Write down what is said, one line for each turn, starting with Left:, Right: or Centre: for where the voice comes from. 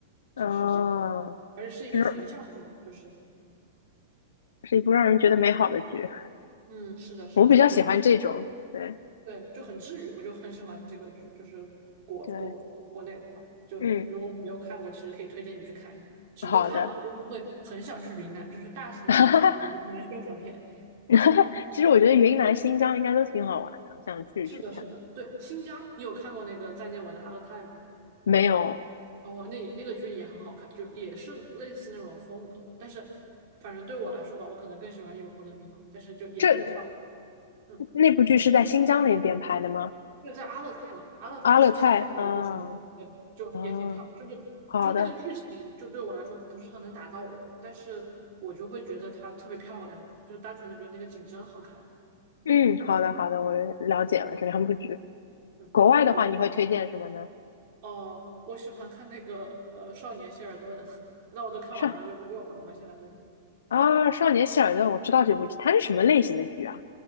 Left: 哦，
Right: 就是这样，而且是一个群像剧吧，
Left: 是
Right: 就是
Left: 是一部让人觉得美好的剧。
Right: 嗯，是的，是的，
Left: 我比较喜欢这种，
Right: 我就。
Left: 对
Right: 对，就很治愈，我就很喜欢这个剧，就是国国国国内的话，
Left: 对，
Right: 就如果你没有看过，
Left: 嗯，
Right: 其实可以推荐你去看一下。只不过看完就是会很想去云南，
Left: 好的。
Right: 就是大型云南云南宣传片。
Left: <laughs> <laughs> 其实我觉得云南、新疆应该都挺好玩的，想去去看。
Right: 是的，是的，对，新疆，你有看过那个《再见我的阿勒泰》吗？
Left: 没有，
Right: 哦，那那个剧也很好看，就也是类似那种风格，但是反正对我来说吧，我可能更喜欢有风的地方，但是就也还不错。
Left: 这
Right: 嗯。
Left: 那部剧是在新疆那边拍的吗？
Right: 那个在阿勒泰嘛，阿勒泰是新西兰一个城市，
Left: 阿勒泰啊
Right: 对，就也挺漂亮。
Left: 啊，
Right: 就是就是那个剧情，
Left: 好的，
Right: 就对我来说不是很能打到我，但是我就会觉得它特别漂亮，就是单纯的觉得那个景真好看。
Left: 嗯，好的好的，我了解了这两部剧。
Right: 嗯，
Left: 国外的话，
Right: 然后国我
Left: 你会推荐什么呢？
Right: 哦，我喜欢看那个呃《少年希尔顿》，<laughs> 那我都看完了，
Left: 少
Right: 就没有了嘛，现在都已经。
Left: 啊，少年希尔顿，我知道这部剧，它是什么类型的剧啊？